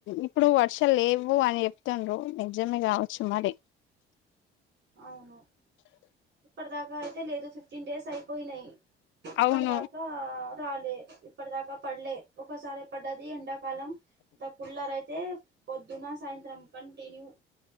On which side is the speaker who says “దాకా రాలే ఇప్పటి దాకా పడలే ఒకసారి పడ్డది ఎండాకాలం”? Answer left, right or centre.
Right